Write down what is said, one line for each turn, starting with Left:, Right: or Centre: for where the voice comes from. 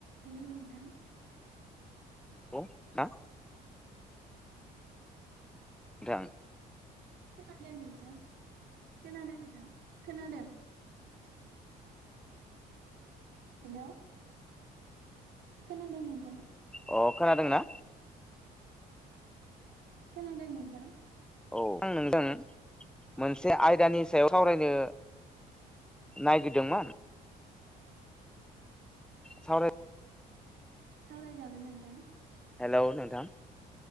Right: हेल' नोंथां।
Centre: औ हा नोंथां
Right: खोनादों नोंथां खोनादों नोंथां खोनादों हेल' खोनादों नोंथां
Centre: अ खोनादोंना
Right: खोनादों नोंथां
Centre: औ आं नोंजों मोनसे आयदानि सायाव सावरायनो नागिरदोंमोन सावराय
Right: सावरायजागोन नोंथां
Centre: हेल' नोंथां